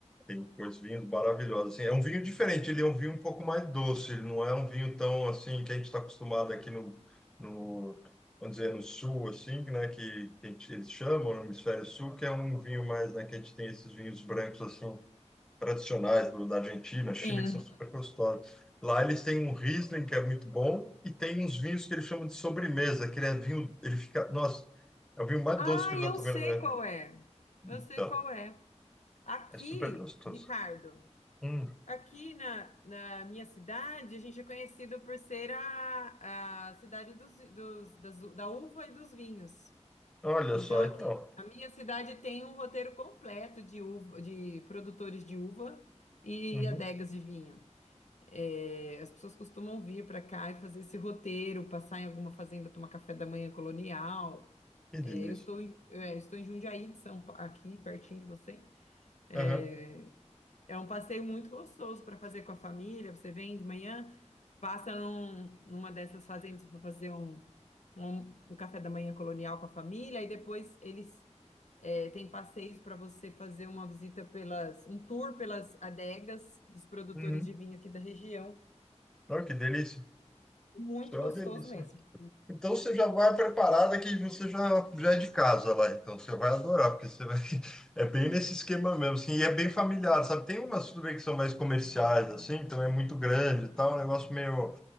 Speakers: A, in the centre; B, on the left.
A: tem coisas vinhos maravilhosos. Assim, é um vinho diferente, ele é um vinho um pouco mais doce, ele não é um vinho tão assim que a gente está acostumado aqui no, no, vamos dizer, no sul, assim, né, que, que a gente- eles chamam no hemisfério sul, que é um vinho mais, né, que a gente tem esses vinhos brancos assim tradicionais do, da Argentina, Chile,
B: Sim.
A: que são super gostosos. Lá eles têm um Riesling que é muito bom e tem uns vinhos que eles chamam de sobremesa, que ele é vinho, ele fica, nossa, é o vinho mais
B: Ah,
A: doce que eu
B: eu
A: já tomei
B: sei
A: na minha
B: qual
A: vida.
B: é.
A: Então,
B: Eu sei qual é. Aqui,
A: é super gostoso.
B: Ricardo,
A: Hum,
B: aqui na, na minha cidade, a gente é conhecido por ser a, a cidade dos, dos- das da uva e dos vinhos.
A: olha
B: Então,
A: só,
B: aqui,
A: então.
B: a minha cidade tem um roteiro completo de uva, de produtores de uva e
A: Uhum.
B: adegas de vinho. É, as pessoas costumam vir para cá e fazer esse roteiro, passar em alguma fazenda, tomar café da manhã colonial.
A: Que
B: É,
A: delícia.
B: eu estou em, é, eu estou em Jundiaí, de São Pa- aqui pertinho de você. É,
A: Aham.
B: é um passeio muito gostoso para fazer com a família. Você vem de manhã, passa num- numa dessas fazendas para fazer um, um, um café da manhã colonial com a família, e depois eles é, têm passeios para você fazer uma visita pelas, um tour pelas adegas dos produtores
A: Uhum.
B: de vinho aqui da região.
A: Olha que delícia.
B: Muito
A: Isso é
B: gostoso
A: uma delícia.
B: mesmo.
A: Então você já vai preparada que você já, já é de casa lá, então você vai adorar, porque você vai... <laughs> é bem nesse esquema mesmo, assim, e é bem familiar, sabe? Tem umas tudo bem que são mais comerciais, assim, então é muito grande e tal, é um negócio meio